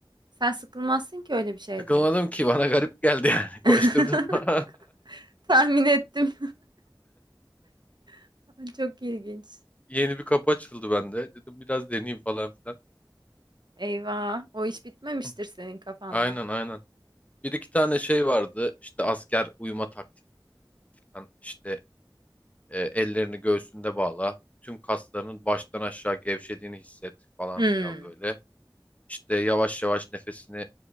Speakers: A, on the right (about 60°); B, on the left (about 15°).
A: Sen sıkılmazsın ki öyle bir şeyde.
B: Sıkılmadım ki bana garip geldi yani. <laughs> Koşturdum.
A: <laughs>
B: <laughs>
A: Tahmin ettim. <laughs> Çok ilginç.
B: Yeni bir kapı açıldı bende. Dedim biraz deneyeyim falan filan.
A: Eyvah, o iş bitmemiştir
B: Hı.
A: senin kafanda.
B: Aynen aynen. Bir iki tane şey vardı. işte asker uyuma taktik falan. işte E, ellerini göğsünde bağla. Tüm kaslarının baştan aşağı gevşediğini hisset falan
A: Hmm.
B: filan böyle. İşte yavaş yavaş nefesini